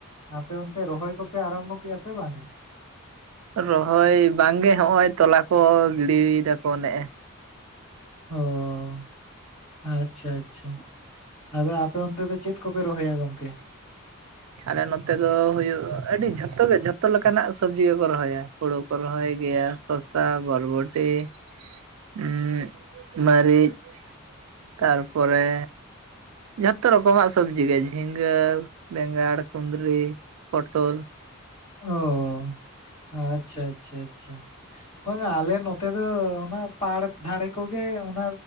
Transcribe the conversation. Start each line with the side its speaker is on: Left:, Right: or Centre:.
Left: ᱟᱯᱮ ᱚᱱᱛᱮ ᱨᱚᱦᱚᱭ ᱠᱚᱯᱮ ᱟᱨᱟᱢᱵᱚ ᱠᱮᱜᱼᱟ ᱥᱮ ᱵᱟᱝᱼᱟ?
Right: ᱨᱚᱦᱚᱭ ᱵᱟᱝ ᱜᱮ ᱦᱚᱜ ᱚᱭ ᱛᱚᱞᱟ ᱠᱚ ᱜᱤᱰᱤᱭ ᱮᱫᱟ ᱠᱚ ᱱᱮᱜ ᱮ᱾
Left: ᱚ ᱟᱪᱪᱷᱟ ᱟᱪᱪᱷᱟ, ᱟᱫᱚ ᱟᱯᱮ ᱚᱱᱛᱮ ᱫᱚ ᱪᱮᱫ ᱠᱚᱯᱮ ᱨᱚᱦᱚᱭᱟ ᱜᱚᱝᱠᱮ? <inaudible>
Right: ᱟᱞᱮ ᱱᱚᱛᱮ ᱫᱚ ᱦᱩᱭᱩᱜ ᱟᱹᱰᱤ ᱡᱷᱚᱛᱚ ᱜᱮ ᱡᱷᱚᱛᱚ ᱞᱮᱠᱟᱱᱟᱜ ᱥᱚᱵᱽᱡᱤ ᱜᱮᱠᱚ ᱨᱚᱦᱚᱭᱟ, ᱦᱳᱲᱩ ᱠᱚ ᱨᱚᱦᱚᱭ ᱜᱮᱭᱟ᱾ ᱥᱚᱥᱟ, ᱵᱚᱨᱵᱚᱴᱤ, ᱦᱩᱸ ᱢᱟᱹᱨᱤᱪ ᱛᱟᱨᱯᱚᱨᱮ ᱡᱷᱚᱛᱚ ᱨᱚᱠᱚᱢᱟᱜ ᱥᱚᱵᱽᱡᱤ ᱜᱮ ᱡᱷᱤᱸᱜᱟᱹ ᱵᱮᱸᱜᱟᱲ, ᱠᱩᱸᱫᱽᱨᱤ, ᱯᱚᱴᱚᱞ
Left: ᱚ ᱟᱪᱪᱷᱟ ᱟᱪᱪᱷᱟ ᱟᱪᱪᱷᱟ ᱵᱟᱝ ᱟᱞᱮ ᱱᱚᱛᱮ ᱫᱚ ᱚᱱᱟ, ᱯᱟᱲ ᱫᱷᱟᱨᱮ ᱠᱚᱜᱮ ᱚᱱᱟ